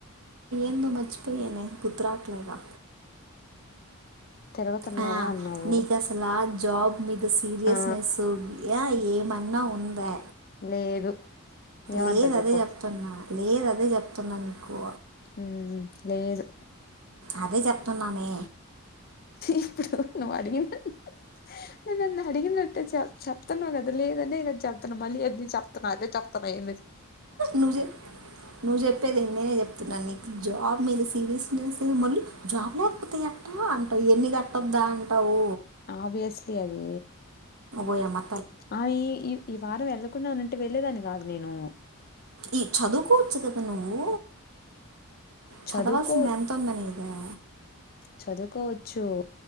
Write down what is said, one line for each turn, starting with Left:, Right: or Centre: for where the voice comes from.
Right: ఏదో మంచిపోయనే గుర్తు రావట్లేదా
Left: తిరుగుతున్నావా
Right: ఆ
Left: అన్నావు
Right: నీకు అసలు ఆ జాబ్ మీద సీరియస్న
Left: ఆ
Right: ఉందా లేదా మన్న ఉంధ్య
Left: లేదు ఏమంటావు
Right: లేదు
Left: చెప్పు
Right: అదే చెప్తున్నా లేద అదే చెప్తున్నా నీకు
Left: మ్మ్ లేదు
Right: అదే చెప్తున్నానే
Left: ఇప్పుడు నువ్వు అడిగిన <unintelligible> నన్ను అడిగినట్టే చెప్ చెప్తున్నాను కదా లేద్ లేదనే కదా చెప్తన్నా మళ్ళీ ఎది చెప్తున్నా అదే చెప్తన్నా ఏ
Right: నువ్వు చెప్ నువ్వు చెప్పేది ఏంది నేనే చెప్తున్నా నీకు జాబ్ మీద ఇంగ్లీష్ పీస్ లో మళ్ళీ జాబ్ లేకపోతే యేట్ట అంటావు ఎన్ని కట్టద్దా అంటావు
Left: ఆబ్వయస్లీ అది
Right: ఓయమ్మా
Left: ఆ ఈ ఈ ఈ వారం వెళ్ళకుండా ఉన్నింటే వెళ్ళేదాన్ని కాదు నేను
Right: ఈ చదువుకోవచ్చు కదా నువ్వు చదవాల్సింది
Left: చదువుకో
Right: ఎంత ఉందని ఆ
Left: చదువుకోవచ్చు